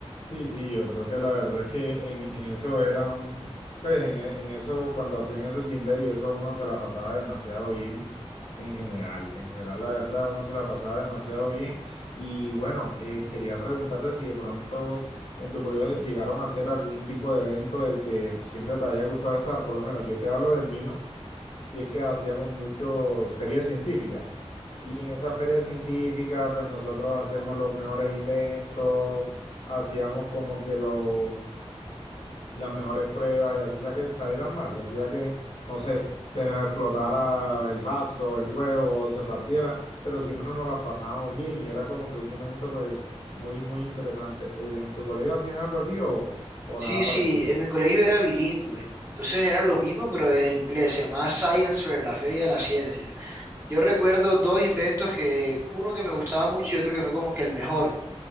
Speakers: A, on the left (about 70°); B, on the right (about 20°).
A: Sí, sí, yo creo que la verdad es que en, en eso eran, pues en, e- en eso, cuando hacían esos gym day, eso uno se la pasaba demasiado bien en general. En general, la verdad, uno se la pasaba demasiado bien. Y bueno, eh, quería preguntarte si de pronto en tu colegio llegaron a hacer algún tipo de evento del que siempre te haya gustado estar, por lo menos yo te hablo del mío, y es que hacíamos muchos ferias científicas. Y en esa feria científica, pues nosotros hacíamos los mejores inventos, hacíamos como que lo- las mejores pruebas y así sea que salieran mal, así sea que, no sé, se nos explotara el vaso, el huevo, se partiera, pero siempre nos las pasábamos bien y era como que un momento pues muy, muy interesante. Eh, ¿En tu colegio hacían algo así o, o
B: Sí,
A: nada parecido?
B: sí, en mi colegio era bilingüe. Entonces era lo mismo, pero en inglés. Se llamaba Science Fair, la Feria de la Ciencia. Yo recuerdo dos inventos que, uno que me gustaba mucho y otro que fue como que el mejor.